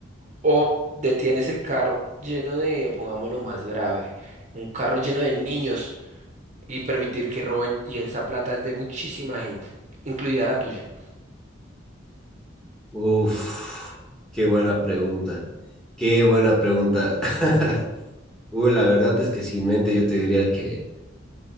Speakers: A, on the right; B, in the centre.
A: O detienes el carro lleno de, pongámoslo más grave, un carro lleno de niños y permitir que roben y esa plata es de muchísima gente, incluida la tuya.
B: Uf, qué buena pregunta, qué buena pregunta. <laughs> Uy, la verdad es que sin mente yo te diría que,